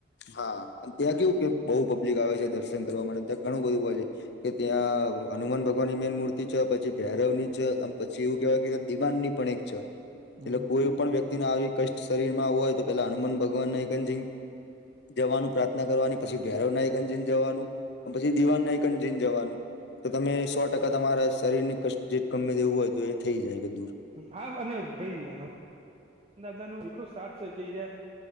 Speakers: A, on the left; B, on the right.
A: હા ત્યાં કેવું કે બહુ પબ્લિક આવે છે દર્શન કરવા માટે ત્યાં ઘણું બધું હોય છે. કે ત્યાં હનુમાન ભગવાનની મેન મૂર્તિ છે, પછી ભૈરવ ની છે, પછી એવું કેવાય કે દિવાનની પણ એક છે
B: હમ
A: એટલે કોઈ પણ વ્યક્તિના આવી કષ્ટ શરીરમાં હોય તો પેલા હનુમાન ભગવાનના <unintelligible> જવાનું પ્રાર્થના કરવાની પછી ભૈરવ ના યન્જીન જવાનું પછી દીવાનના એક અનજીન જવાનું. તો તમે સો ટકા તમારા શરીરની કસ્ટ જે ગમે દેવું હોય તો એ થઈ જાય કે દૂર.
B: હાવ અને ભઈ એનો દાદાનું એટલું સાથ છે કે